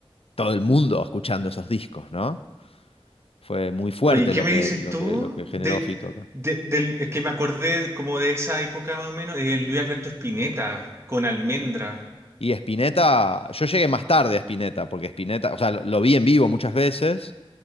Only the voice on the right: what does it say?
Oye, ¿qué
me
dices
tú
de,
de- del. Es que me acordé como de esa época más o menos, de Luis Alberto Spinetta con Almendra.